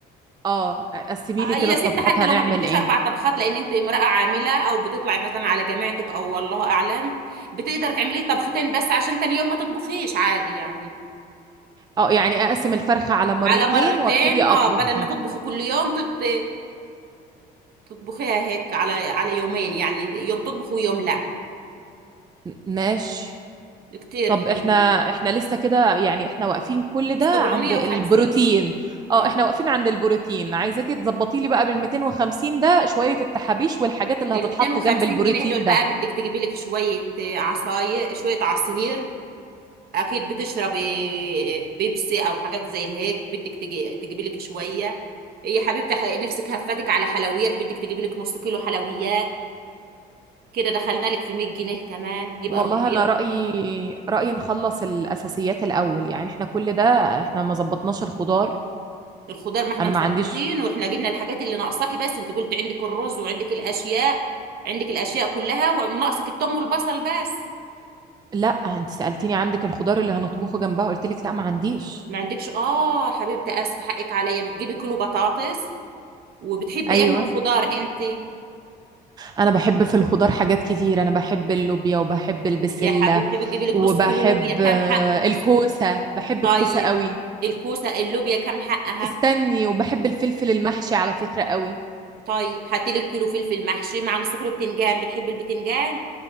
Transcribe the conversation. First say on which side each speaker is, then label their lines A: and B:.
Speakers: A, on the right (about 25°); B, on the right (about 65°).
A: اه قسمي
B: آه،
A: لي كده
B: يا
A: الطبخات
B: ست حتى
A: هنعمل
B: لو ما بدكيش
A: ايه
B: اربع طبخات لان انت امرأة عاملة او بتطلعي مثلا على جامعتك او والله اعلم بتقدر تعملي طبختين بس عشان تاني يوم ما تطبخيش عادي يعني
A: اه يعني اقسم الفرخة على مرتين
B: على مرتين
A: وابتدي اطبخها
B: اه بدل ما تطبخي كل يوم تط... تطبخيها هيك على على يومين يعني يوم تطبخ ويوم لا
A: م- ماشي
B: كتير
A: طب
B: حلو
A: احنا احنا لسه كده يعني احنا واقفين كل ده
B: 750
A: عند البروتين اه
B: اه
A: احنا واقفين عند البروتين عايزاكي تظبطي لي بقى بال 250 ده شوية التحابيش والحاجات اللي
B: ال
A: هتتحط
B: 250
A: جنب البروتين
B: جنيه دول بقى
A: ده
B: بدك تجيبي لك شوية عصاير شوية عصير اكيد بتشربي بيبسي او حاجات زي هيك بدك تجي تجيبي لك شويه إيه يا حبيبتي ح- نفسك هفتك على حلويات بدك تجيبي لك نص كيلو حلويات كده دخلنا لك في 100 جنيه كمان يبقى
A: والله
B: 400
A: انا رأيي رأيي نخلص الاساسيات الاول يعني احنا كل ده احنا ما ظبطناش الخضار
B: الخضار ما احنا
A: انا
B: مظبطين
A: ما عنديش
B: واحنا جبنا الحاجات اللي ناقصاكي بس انت قلت عندك الرز وعندك الاشياء عندك الاشياء كلها وناقصك التوم والبصل بس
A: لا انت سألتيني عندك الخضار اللي هنطبخه جنبها قلت لك لا ما عنديش
B: ما عندكش اه حبيبتي اسفه حقك عليا بتجيبي كيلو بطاطس وبتحبي
A: ايوه
B: ايه من الخضار انت
A: انا بحب في الخضار حاجات كتير انا بحب اللوبيا وبحب البسلة
B: يا حبيبتي بتجيبي لك
A: وبحب
B: نص كيلو لوبيا كام
A: آه،
B: حق ونص
A: الكوسة بحب
B: طيب
A: الكوسة قوي
B: الكوسة اللوبيا كام حقها
A: استني وبحب الفلفل المحشي على فكرة قوي
B: طيب هاتلي الكيلو فلفل محشي مع نص كيلو بتنجان بتحب البتنجان